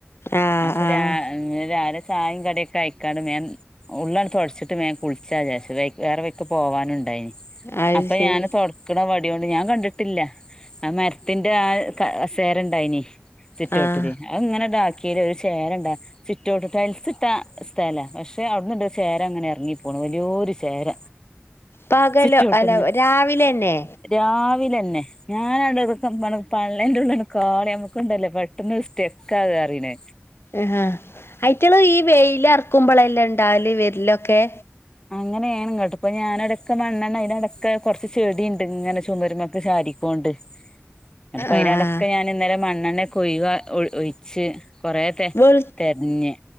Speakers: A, on the left; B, on the left.
A: ആഹ്
B: അപ്പ
A: ആഹ്
B: ഞാ ഇങ്ങനെ രാവ്‌ലെ ചായിം കടിക്കെയ്ക്കാണ്ട് ബേം ഉള്ളാണ്ട് താെട്ച്ച്ട്ട് ബേം കുൾച്ചാചാര്ച്ച് വെയ് വേറെ വെയ്ക് പോവാനുണ്ടായ്നി
A: അത്
B: അപ്പ
A: ശരി
B: ഞാന് തൊട്ക്ക്ണ വ ട്യോണ്ട് ഞാൻ കണ്ട്ട്ട്ല്ല ആ മര്ത്ത്ന്റെ ആ ക സേരണ്ടായ്നി സിറ്റൗട്ടിൽ
A: ആഹ്
B: ആങ്ങനെങ്ങട്ട് ആക്കിയേൽ ഒരു ചേരണ്ടാ സിറ്റോട്ട് ടൈൽസ്ട്ടാ സ്ഥല പക്ഷെ അവിടുന്ന് ണ്ട് ചേര ണ്ട്ങ്ങനെ ഇറങ്ങി പോണ് വല്യോ രു ചേര
A: പകലോ
B: സിറ്റൗട്ടിന്ന്
A: അല്ല രാവിലെ തന്നെ
B: രാവിലെ പിന്നെ ഞാനവിടെക്ക പള്ളന്റെ ഉള്ളന്ന് കാളി നമ്മുക്ക്ണ്ടല്ലേ പെട്ടെന്ന് സ്റ്റെക്ക ആവാ റിലെ
A: ആ ഐറ്റള് ഈ വെയിലറക്കുമ്പോളെല്ലേ ണ്ടാവല് വെരലൊക്കെ
B: അങ്ങനെയാണ് കേട്ട് പ്പൊ അങ്ങനാണ് ങ്ങട്ട് പ്പംഞാനട ക്കെമണ്ണണ് അയിലെവ്ടെ കെകുറച്ച് ചെടി ണ്ട് ഇങ്ങനെ ചുമരുമൊക്കെ ചാരിക്കും. ഉണ്ട് ന്നട്ട് പ്പയിലാണ്ടൊക്കെ
A: ആഹ്
B: ഞാൻ ന്നലെ മണ്ണെണ്ണയെക്കെ ഒഴിവാ ഒഴിച്ച് കൊറെ തെര
A: വെളു
B: തെരഞ്ഞെ.